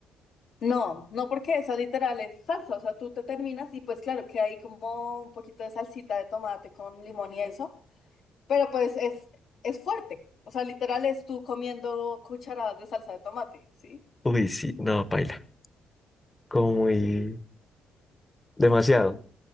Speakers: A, on the left; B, on the left.
A: No, no porque esa literal es salsa, o sea, tú te terminas y pues claro que hay como un poquito de salsita de tomate con limón y eso, pero pues es, es fuerte, o sea, literal es tú comiendo cucharadas de salsa de tomate, ¿sí?
B: Uy, sí, no, paila. Como muy
A: Sí.
B: demasiado.